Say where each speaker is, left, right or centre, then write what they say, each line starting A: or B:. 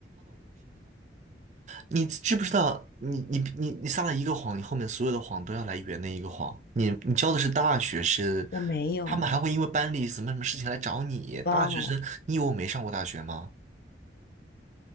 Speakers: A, on the right; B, on the left.
A: 你知不知道，你你你你撒了一个谎，你后面所有的谎都要来圆那一个谎。你你教的是大学生，
B: 我没有。
A: 他们还会因为班里什么什么事情来找你。
B: 宝宝，
A: 大学生，你以为我没上过大学吗？